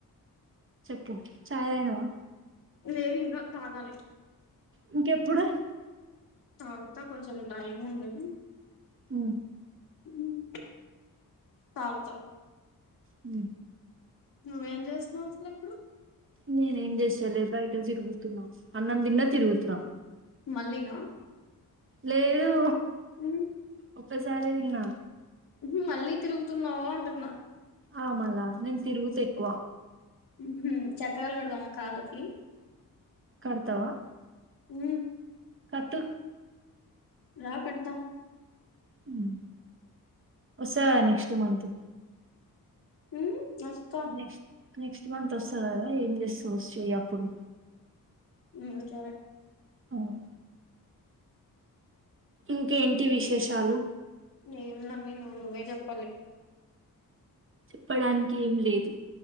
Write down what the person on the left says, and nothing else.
లేదు ఇంకా తాగాలి
తాగుతా కొంచెం టైం ఉంది
ఊమ్ తాగుతా
నువ్వేం జెస్తున్నావు అసలు ఇప్పుడు
మళ్లినా
ఊ
ఇపుడు మళ్ళీ తిరుగుతున్నావా అంటున్నా
ఉహు చక్రాలు కడదామ కాళ్ళకి
ఉ
రా కడత
ఊ ఒస్తా.
హ్మ్ చరే
ఏం ఉంది అన్ని నువ్ నువ్వే చెప్పాలి